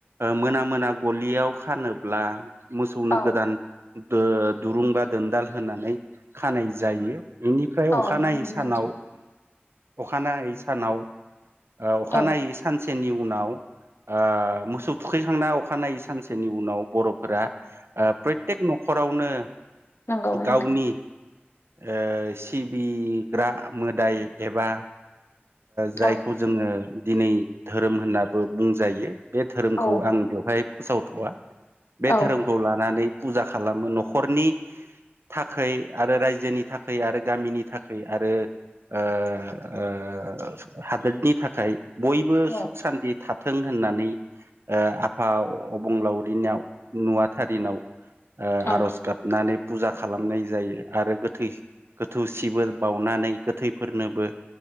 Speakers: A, on the right (about 80°); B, on the left (about 85°).
A: मोना -मोना गलियाव खानोब्ला मोसौनो
B: औ
A: गोदान दु-दुरुं बा दोनदाल होनानै खानाय जायो। बेनिफ्राय
B: औ
A: अखानायै
B: नंगौ
A: सानाव
B: नोंथां
A: अखानायै सानाव अखानायै
B: औ
A: सानसेनि उनाव ओ मोसौ थुखैखांना अखानायै सानसेनि उनाव बर'फोरा प्रतेक न'खरावनो
B: नंगौ नोंथां।
A: गावनि ओ सिबिग्रा मोदाय एबा जायखौ
B: औ
A: जोङो दिनै धोरोम होननाबो बुंजायो। बे धोरोमखौ
B: औ
A: आं बेवहाय फोसावथ'वा बे
B: औ
A: धोरोमखौ लानानै फुजा खालामो न'खरनि थाखाय आरो रायजो रायजोनि थाखाय आरो गामिनि थाखाय आरो ओ ओ हादोरनि थाखाय बयबो
B: औ
A: सुख -सान्थि थाथों होननानै ओ आफा अबंलावरिनाव नुवाथारिनाव ओ
B: औ
A: आर'ज गाबनानै फुजा खालाम होनाय जायो आरो गोथै -गोथौ सिबोल बावनानै गोथैफोरनोबो